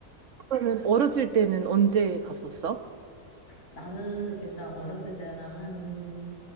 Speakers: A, on the right; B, on the left.
A: 그러면 어렸을 때는 언제 갔었어?
B: 나는 일단 어렸을 때는 한